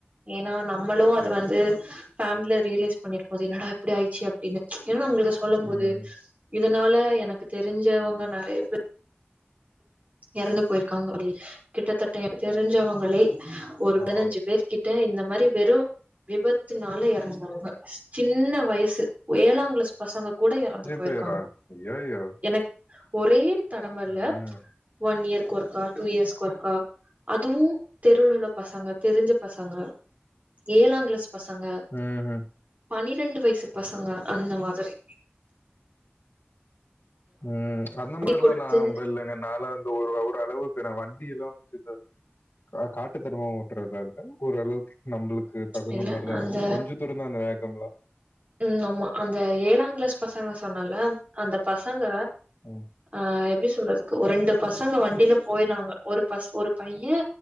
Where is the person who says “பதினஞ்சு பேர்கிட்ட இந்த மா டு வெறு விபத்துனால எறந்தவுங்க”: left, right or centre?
Right